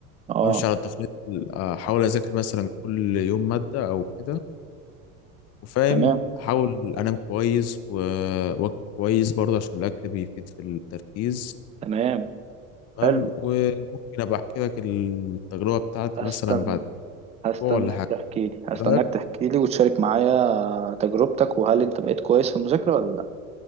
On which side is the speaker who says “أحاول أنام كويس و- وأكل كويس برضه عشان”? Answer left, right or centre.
Left